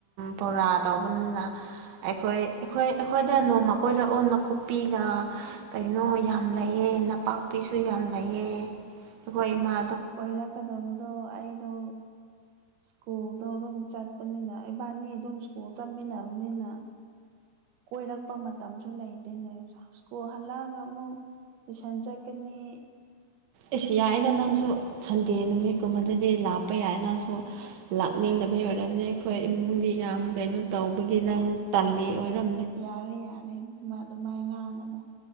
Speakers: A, on the right; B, on the right.
A: ꯕꯣꯔꯥ ꯇꯧꯕꯅꯤꯅ ꯑꯩꯈꯣꯏ ꯑꯩꯈꯣꯏ ꯑꯩꯈꯣꯏꯅ ꯅꯣꯡꯃ ꯀꯣꯏꯔ ꯑꯣ ꯅꯥꯀꯨꯞꯄꯤꯒ ꯀꯩꯅꯣ ꯌꯥꯝ ꯂꯩꯑꯦ ꯅꯄꯥꯛꯄꯤꯁꯨ ꯌꯥꯝ ꯂꯩꯑ ꯑꯩꯈꯣꯏ ꯏꯃꯥ
B: ꯑꯣꯏꯔꯛꯀꯗꯕꯗꯣ ꯑꯩꯗꯣ ꯁ꯭ꯀꯨꯜꯗꯣ ꯑꯗꯨꯝ ꯆꯠꯄꯅꯤꯅ ꯏꯕꯥꯅꯤ ꯑꯗꯨꯝ ꯁ꯭ꯀꯨꯜ ꯆꯠꯃꯤꯟꯅꯕꯅꯤꯅ ꯀꯣꯏꯔꯛꯄ ꯃꯇꯝꯁꯨ ꯂꯩꯇꯦꯅꯦ ꯁ꯭ꯀꯨꯜ ꯍꯜꯂꯛꯑꯒ ꯑꯃꯨꯛ ꯇꯨꯏꯁꯟ ꯆꯠꯀꯅꯤ
A: ꯑꯦꯁ ꯌꯥꯏꯗ ꯅꯪꯁꯨ ꯁꯟꯗꯦ ꯅꯨꯃꯤꯠꯀꯨꯝꯕꯗꯗꯤ ꯂꯥꯛꯄ ꯌꯥꯏ ꯅꯪꯁꯨ ꯂꯥꯛꯅꯤꯡꯗꯕꯩ ꯑꯣꯏꯔꯝꯅꯦ ꯑꯩꯈꯣꯏ ꯏꯃꯨꯡꯗꯤ ꯌꯥꯝ ꯀꯩꯅꯣ ꯇꯧꯕꯒꯤ ꯅꯪ ꯇꯜꯂꯤ ꯑꯣꯏꯔꯝ
B: ꯌꯥꯔꯦ ꯌꯥꯔꯦ ꯑꯗꯨꯃꯥꯏ ꯉꯥꯡꯉꯅꯨ